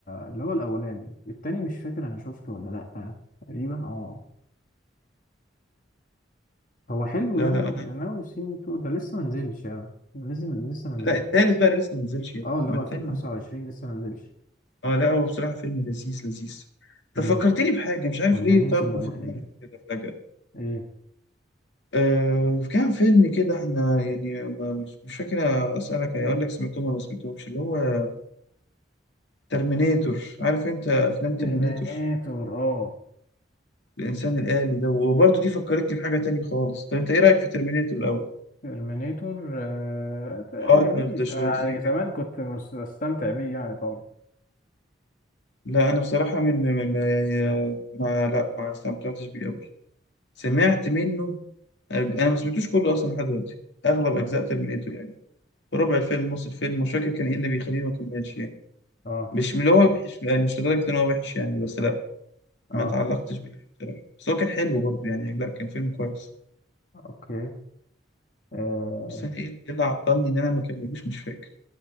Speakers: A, on the left; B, on the left.
A: اللي هو الاولاني التاني مش فاكر انا شفته ولا لا تقريبا اه هو حلو
B: لا
A: يعني
B: لا أنا
A: ناوي يو سي مي تو ده لسه منزلش يعني لازم لسه منزلش
B: لا التالت بقى لسه ما نزلش يا ابني.
A: اه اللي
B: ما
A: هو
B: التاني
A: 2025 لسه منزلش
B: أه لا هو بصراحة فيلم لذيذ لذيذ
A: مم.
B: طب فكرتني بحاجة مش عارف
A: ولا
B: ليه
A: نزل
B: طب
A: ولا
B: في دماغي
A: ايه
B: كده فجأة
A: ايه
B: آه كان فيلم كده احنا يعني ما- مش مش فاكر أسألك أقول لك سمعتهم ولا ما سمعتهمش اللي هو ترمينيتور عارف أنت أفلام
A: ترمينيتور
B: ترمينيتور
A: اه
B: الإنسان الآلي ده وبرضه دي فكرتني بحاجة تانية خالص طب أنت إيه رأيك في ترمينيتور الأول؟
A: ترمينيتور آه ده
B: أرنولد
A: جميل
B: شوارزنيجر
A: انا يعني زمان كنت مس- بستمتع بيه يعني طبعا
B: لا أنا بصراحة من ما, ما يعني، ما- لا ما استمتعتش بيه أوي سمعت منه أنا ما سمعتوش كله أصلا لحد دلوقتي أغلب
A: اه
B: أجزاء ترمينيتور يعني ربع الفيلم نص الفيلم مش فاكر كان إيه اللي بيخليني ما أكملش يعني
A: اه
B: مش من اللي هو وحش يعني مش لدرجة إن هو وحش يعني بس لا
A: اه
B: ما تعلقتش بيه بصراحة بس هو كان حلو برضه يعني لا كان فيلم كويس
A: اوكي آه.
B: بس أنا إيه إيه اللي عطلني إن أنا ما كملوش مش فاكر